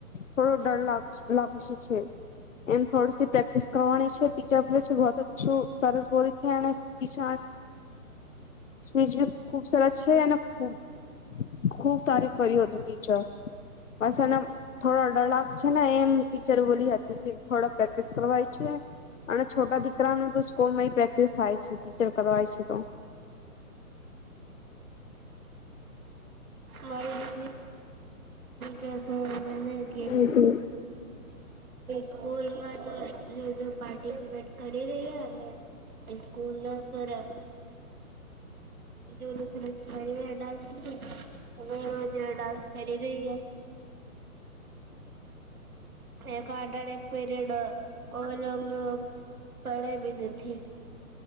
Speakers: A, on the left; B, on the right.
A: થરો ડર લભ લભસે છે. એમ થોડી સી પ્રેક્ટિસ કરવાની છે. ટીચર બોલે છે બતછું સરસ બોલે છે. વિશ સ્ચ બી ખૂબ સરસ છે અને ખબ ખુબ તારીફ કર્યું હતું ટીચર બસ થોડા ડળક છે ને એમ ટીચર બોલી હતી કે થોડા પ્રેક્ટિસ કરવાય છે. અને છોટા દીકરા ન તો સ્કૂલ માં પ્રેક્ટિસ થાય છે. ટીચર કરવાય છે તો.
B: મારે દેશ. કેસ મને કે
A: હમ.
B: સ્કૂલમાં તો જો જો પાર્ટિસિપેટ કરી ર્યાને સ્કૂલ ના સરું જોવ દસે ર ફ એટ હવે હજ ડાસ કરી રહી હ એક આઢ આડ એક પીરિયડ ઓલોગને પડે બી નથી.